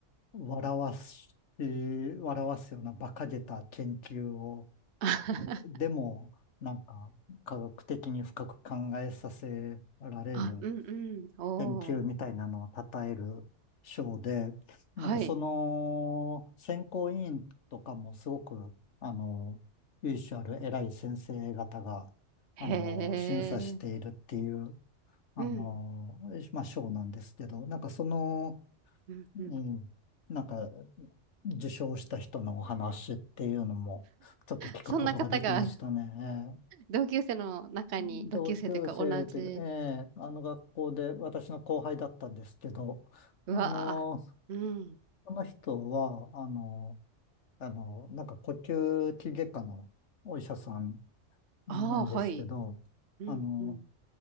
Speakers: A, on the left (about 70°); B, on the right (about 65°).
A: 笑わし、笑わすような馬鹿げた研究を、
B: <laughs>
A: でも、なんか、科学的に深く考えさせられる
B: あ、うんうん。おー
A: 研究みたいなのを称える賞で、
B: はい。
A: なんかその選考委員とかもすごく、あの、由緒ある偉い先生方が、
B: へえ。
A: あの、審査しているっていう、あの、
B: うん。
A: まあ、賞なんですけど、なんかその、
B: うんうん。
A: うん、なんか、受賞した人のお話っていうのも、ちょっと聞くことができましたね。
B: そんな方が <laughs> 同級生の中に、
A: 同級生という、
B: 同級生というか同じ。
A: ええあの学校で私の後輩だったんですけど、
B: うわあ。
A: あの、
B: うん。
A: その人は、あの、あの、なんか呼吸器外科のお医者さんなんですけど、
B: ああ、はい。うんうん。
A: あの、